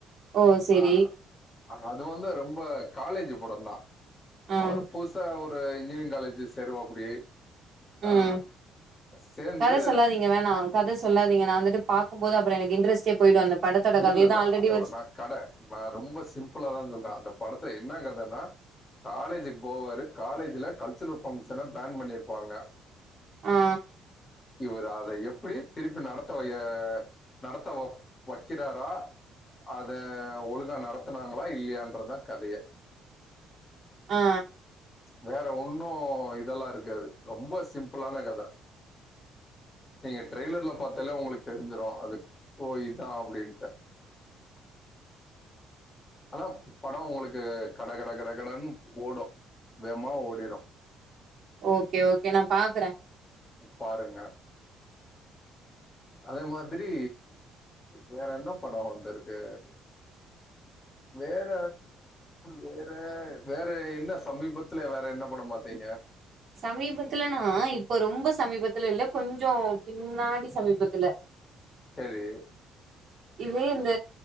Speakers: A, on the right (about 45°); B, on the left (about 20°).
A: ஓ! சரி.
B: அ அது வந்து ரொம்போ காலேஜி படந்தா
A: ம்.
B: அவுரு புதுசா ஒ ரு இன்ஜினியரிங் காலேஜு சேருவாப்டி.
A: ம்
B: ஆ சேந்து
A: கத சொல்லாதீங்க வேணா கத சொல்லாதீங்க நா வந்துட்டு பா. க்கும்போது அப்புறோ எனக்கு இன்ட்ரெஸ்டே போயிடு அந்த படத்தோட
B: இல்ல
A: கதையதா
B: இல்ல இல்ல
A: ஆல்ரெடி
B: அது
A: வர்ஸ்
B: நா கட நா ரொம்போ சிம்புளாதா சொல்றே அந்த படத்த என்னா கதன்னா காலேஜுக் போவாரு காலேஜ்ல கல்ச்சுரல் ஃபங்க்ஷன பேன் பண்ணிருப்பாங்க.
A: அ.
B: இவர் அத எப்பிடி திருப்பி நடத்த வய நடத்த வ வக்கிறாரா அத ஒழுங்கா நடத்துனாங்களா இல்லியான்றதா கதயே.
A: அ.
B: வேற ஒன்னு இதல்லா இருக்காது. ரொம்ப சிம்புளான கத. நீங்க ட்ரெய்லர்ல பாத்தாலே உங்குளுக் தெரிஞ்சிரு அதுக் ஓ இதா அப்டின்ட்டு. ஆனாப் படோ உங்குளுக்கு கட கட கட கடன் ஓடு வேமா ஓடிடு.
A: ஓகே ஓகே நா பாக்கறே.
B: பாருங்க. அதே மாதிரி வேற என்ன படோ வந்திருக்கு. வேற வேற வேற என்ன சமீபத்துல வேற என்ன படம் பாத்தீங்க?
A: சமீபத்துலனா இப்ப ரொம்ப சமீபத்துல இல்ல கொஞ்சோ பின்னாடி சமீபத்துல.
B: செரி.
A: இது இந்த